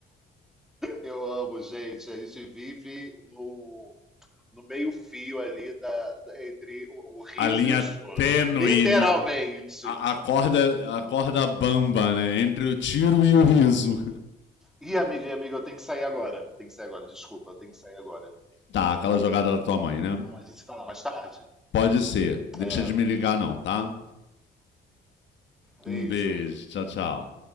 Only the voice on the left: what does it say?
A linha
tênue,
na, a, a corda, a corda bamba, né, entre o tiro e o riso.
Tá, aquela jogada da tua mãe, né?
Pode ser, deixa
de me ligar não, tá?
Um beijo. Tchau, tchau.